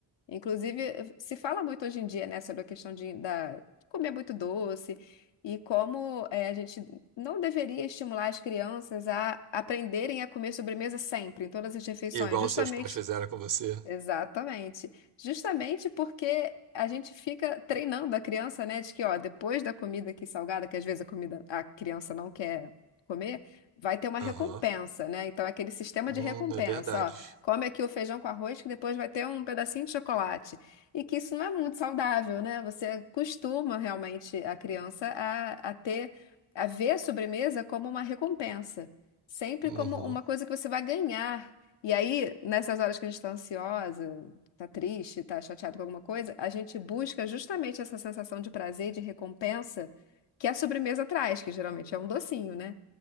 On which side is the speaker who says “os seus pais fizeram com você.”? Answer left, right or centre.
Right